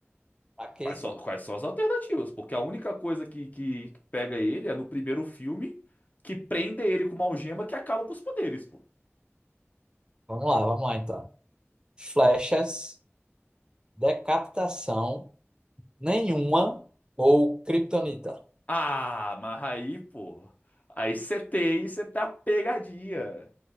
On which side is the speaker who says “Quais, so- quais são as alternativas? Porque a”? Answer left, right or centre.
Left